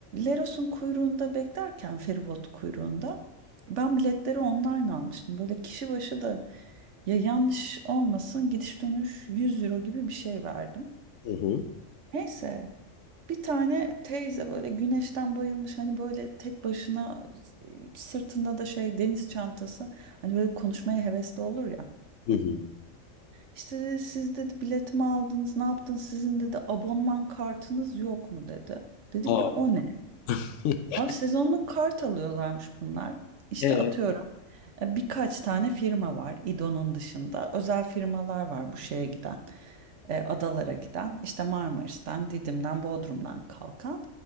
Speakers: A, on the right; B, on the left.
A: Leros'un kuyruğunda beklerken feribot kuyruğunda ben biletleri online almıştım. Böyle kişi başı da ya yanlış olmasın gidiş dönüş 100 euro gibi bir şey verdim.
B: Hı hı.
A: Neyse bir tane teyze böyle güneşten bayılmış hani böyle tek başına e, sırtında da şey deniz çantası hani böyle konuşmaya hevesli olur ya.
B: Hı hı.
A: İşte dedi, siz dedi biletimi aldınız ne yaptınız sizin dedi abonman kartınız yok mu dedi. Dedik
B: Aa.
A: ki o ne?
B: <laughs>
A: Aa, sezonluk kart alıyorlarmış bunlar. İşte
B: Ee,
A: atıyorum e, birkaç tane firma var İDO'nun dışında. Özel firmalar var bu şeye giden. e, adalara giden işte Marmaris'ten, Didim'den, Bodrum'dan kalkan.